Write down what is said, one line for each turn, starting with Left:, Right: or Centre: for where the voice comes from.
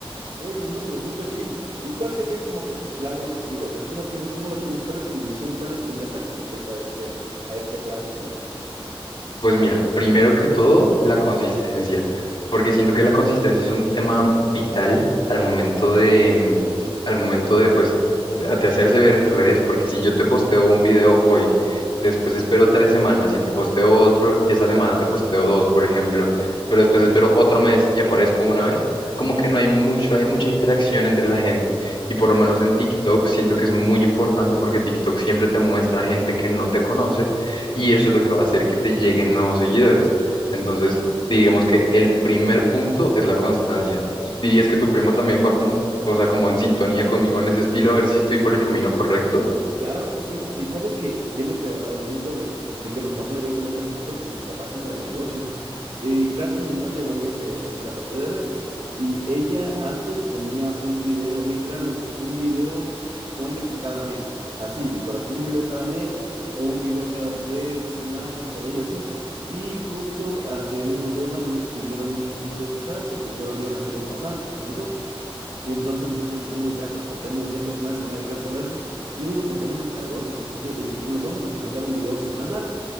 Right: Oye, no, pero súper bien. ¿Y cuál sería como que tu plan a futuro? O sea, ¿cómo tienes, cómo lo tienes? ¿Cuál es tu visión? ¿Cuál es tu meta con respecto a este, a este plan que tienes?
Left: Pues mira, primero que todo, la consistencia, porque siento que la consistencia es un tema vital al momento de, mm, al momento de, pues, de hacerse ver en redes, porque si yo te posteo un video hoy, después espero tres semanas y te posteo otro, y esa semana te posteo dos, por ejemplo, pero después espero otro mes y aparezco una vez, como que no hay mucho, hay mucha interacción entre la gente, y por lo menos en TikTok siento que es muy importante porque TikTok siempre te muestra gente que no te conoce y eso es lo que va a hacer que te lleguen nuevos seguidores. Entonces, digamos que el primer punto es la constancia. ¿Tú dirías que tu prima también va como, o sea, como en sintonía conmigo en ese estilo, a ver si estoy por el camino correcto?
Right: Claro que sí. Y sabes que yéndote a un punto de, de que nos pasó directamente a nosotros con nuestra página del negocio, eh, Katy, mi novia, bueno, ella se dedica a hacer la parte de redes. Y ella antes ponía un video, literalmente, un video, ponle que cada mes, así, de corazón, un video cada mes o un video cada tres, dos semanas, por ahí así. Y justo hace unos dos años vinieron unos chicos de Francia que fueron, iban a ser los pasantes con nosotros. Y entonces nosotros dijimos, ya, pues portémonos, ya que sus madres se van a dedicar solo a eso yo digo por temas cargosos, no sé qué, y les dijimos, vamos a publicar un video semanal